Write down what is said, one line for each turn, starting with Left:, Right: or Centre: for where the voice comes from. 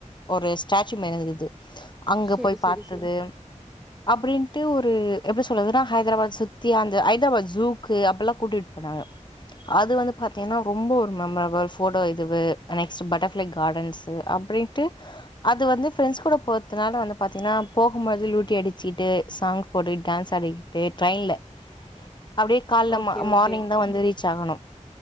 Left: ஒரு ஸ்டாச்சூ மாரி இருந்து அங்க
Centre: செரி
Left: போய்
Centre: செரி
Left: பாத்தது
Centre: செரி
Left: அப்டின்டு ஒரு எப்டி சொல்றதுன்னா ஹைதராபாத் சுத்தி அந்த ஹைதராபாத் ஜூக்கு அப்டில்லா கூட்டிட்டு போனாங்க அது வந்து பாத்தீங்ன்னா ரொம்ப ஒரு மெமரபுல்ஸ் ஃபோடோ இதுவு நெக்ஸ்ட்டு பட்டர்ஃப்ளை கார்டன்ஸு அப்டின்ட்டு அது வந்து ஃப்ரெண்ட்ஸ் கூட போற்த்துனால வந்து பாத்தீங்ன்னா போகும்போது லூட்டி அடிச்சிட்டு சாங்ஸ் போட்டு டான்ஸ் ஆடி டு ட்ரெய்ன்ல அப்டியே கால்ல
Centre: ஓகே
Left: ம
Centre: ஓகே
Left: மார்னிங்
Centre: ஓகே
Left: தான் வந்து ரீச் ஆகணும்